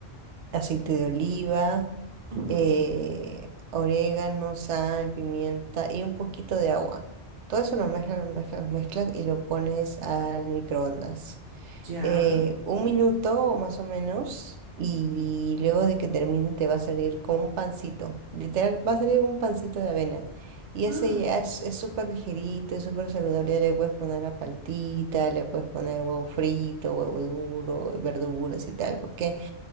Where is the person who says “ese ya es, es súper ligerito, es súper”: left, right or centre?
Right